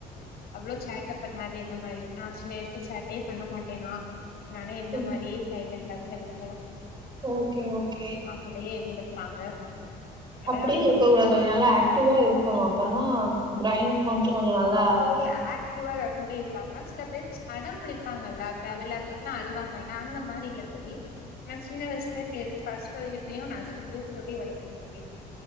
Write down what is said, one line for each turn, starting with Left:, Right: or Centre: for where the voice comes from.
Left: அவ்ளோ சேட்ட பண்ணாது என்ன மாரி நா சின்ன வயசுல சேட்டையே பண்ண மாட்டேனா நானே என்ன
Right: ம்,
Left: மாரியே சைலண்டதா இருக்கு
Right: ஓகே ஓகே
Left: கூடையே இருந்திருப்பாங்க அட
Right: அப்டியு
Left: அவ்ளோ
Right: இருக்க கூடாது தோழி நல்லா ஆக்டிவா இருக்கணு அப்பனா பிரைன் கொஞ்ச கொஞ்ச நல்லா
Left: தோழி ஆக்டிவாதா தோழி இருப்பாங்க சில பிள்ளைஸ் அடம் பிடிப்பாங்கல்ல தேவையில்லாதுக் இல்லனா அழுவாங்கல்ல அந்த மாரில தோழி நா சின்ன விஷயத்துல கஷ்டம்த்தையு நஷ்டத்தையு சொல்லி வளத்தே தோழி